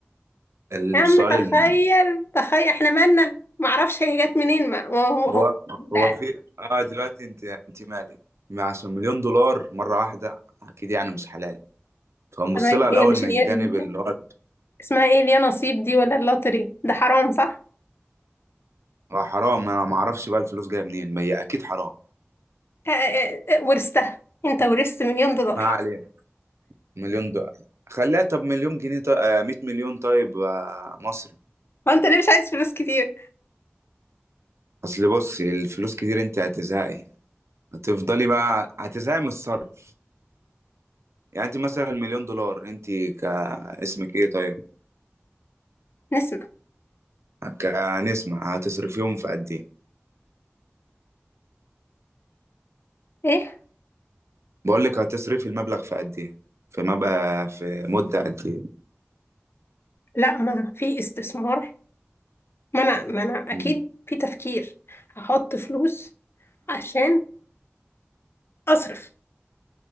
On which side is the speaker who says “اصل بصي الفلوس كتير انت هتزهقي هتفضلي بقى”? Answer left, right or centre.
Right